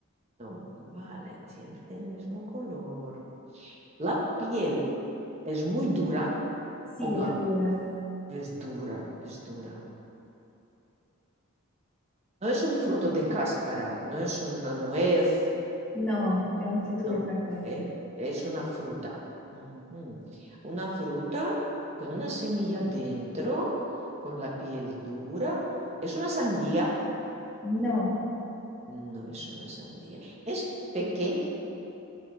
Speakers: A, on the right; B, in the centre.
A: No, vale, siempre tiene el mismo color. La piel es muy dura
B: Sí,
A: o blanda.
B: es dura.
A: Es dura, es dura. No es un fruto de cáscara, no es una nuez,
B: No, es un fruto
A: no,
B: de cáscara.
A: es, es una fruta. Ujú. Una fruta con una semilla dentro, con la piel dura. Es una sandía.
B: No,
A: No es una sandía. ¿Es pequeña